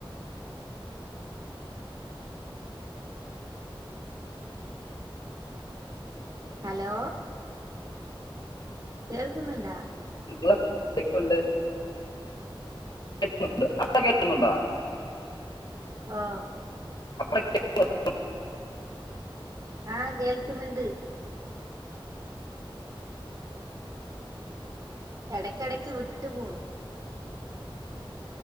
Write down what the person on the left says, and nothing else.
<unintelligible> <unintelligible> <unintelligible> കേക്കുന്നുണ്ടോ
<unintelligible>